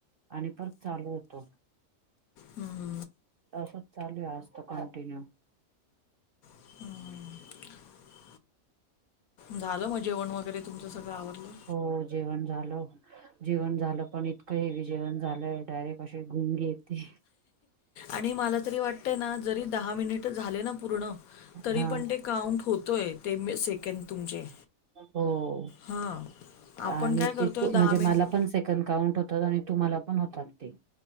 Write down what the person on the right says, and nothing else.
आणि परत चालू होतो
असंच चालूयं आज तर कंटिन्यू.
हो जेवण झालं, जेवण झालं पण इतकं हेवी जेवण झालंय डायरे अशे घुमं येतेय
हा
हों
आणि
तें तू म्हणजे
मला पण से कद काउंट होतात आणि तुम्हाला पण होतात ते.